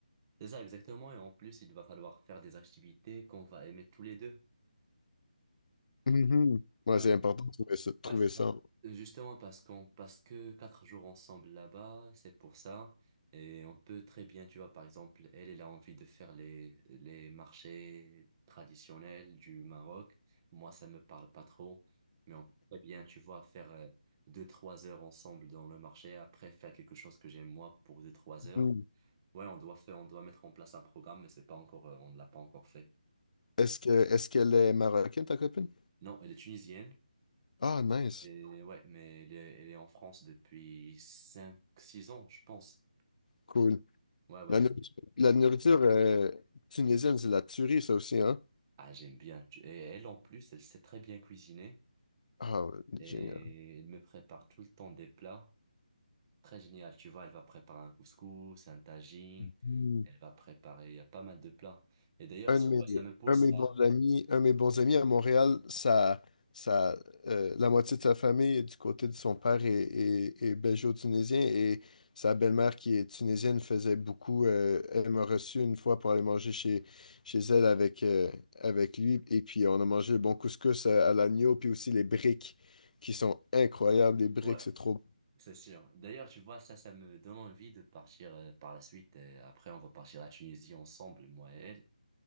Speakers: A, on the right (about 25°); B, on the left (about 60°).
A: c'est ça exactement. Et en plus, il va falloir faire des activités qu'on va aimer tous les deux.
B: Mhm. Ouais,
A: Ouais.
B: c'est important de trouver ça. de trouver
A: Ouais, c'est ça.
B: ça.
A: Justement parce qu'on parce que quatre jours ensemble là-bas, c'est pour ça. Et on peut très bien, tu vois, par exemple, elle, elle a envie de faire les, les marchés traditionnels du Maroc. Moi, ça me parle pas trop. Mais on peut très bien, tu vois, faire euh, deux, trois heures ensemble dans le marché, après faire quelque chose que j'aime moi pour deux, trois heures.
B: Mhm.
A: Ouais, on doit faire, on doit mettre en place un programme, mais c'est pas encore, euh, on ne l'a pas encore fait.
B: Est-ce que, est-ce qu'elle est marocaine, ta copine?
A: Non, elle est tunisienne.
B: Ah, nice.
A: Et ouais, mais elle est, elle est en France depuis 5, 6 ans, je pense.
B: Cool.
A: Ouais, ouais.
B: La nourriture, la nourriture, euh, tunisienne, c'est de la tuerie, ça aussi, hein?
A: Ah, j'aime bien. Tu- Et elle, en plus, elle sait très bien cuisiner
B: Ah, ouais,
A: et
B: génial.
A: elle me prépare tout le temps des plats. Très génial. Tu vois, elle va préparer un couscous, un tagine.
B: Mm.
A: Elle va préparer, il y a pas mal de plats. Et d'ailleurs,
B: Un
A: tu
B: de mes,
A: vois, ça me pousse
B: un de mes
A: à...
B: bons amis, un de mes bons amis à Montréal, ça, ça, euh, la moitié de sa famille, du côté de son père, est, est, est belgeo-tunisien et sa belle-mère qui est tunisienne faisait beaucoup. euh, elle m'a reçu une fois pour aller manger chez, chez elle avec, euh, avec lui et puis on a mangé le bon couscous euh, à l'agneau puis aussi les briques qui sont incroyables. Les briques,
A: Ouais,
B: c'est trop
A: c'est sûr. D'ailleurs, tu vois, ça, ça me donne envie de partir euh, par la suite. Et après, on va partir à la Tunisie ensemble, moi et elle.